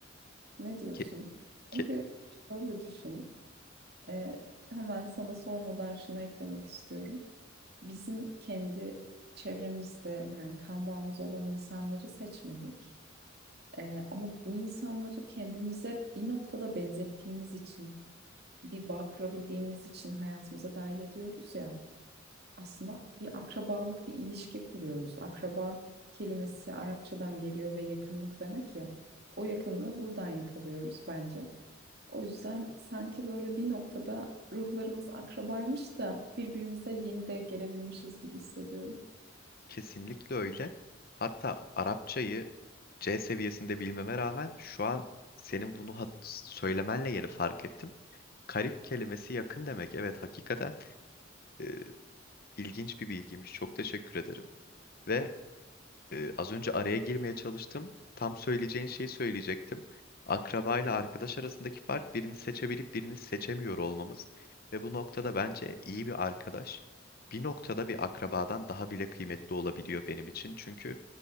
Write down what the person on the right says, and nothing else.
Ne diyorsun?
Çünkü şöyle düşün. Ee, hemen sana sormadan şunu eklemek istiyorum. Bizim kendi çevremizde yani kan bağımız olan insanları seçmedik. Ee, ama bu insanları kendimize bir noktada benzettiğimiz için, bir bağ kurabildiğimiz için hayatımıza dahil ediyoruz ya. Aslında bir akrabalık, bir ilişki kuruyoruz. Akraba kelimesi Arapçadan geliyor ve yakınlık demek ya. O yakınlığı buradan yakalıyoruz bence. O yüzden sanki böyle bir noktada ruhlarımız akrabaymış da birbirimize yeni denk gelebilmişiz gibi hissediyorum.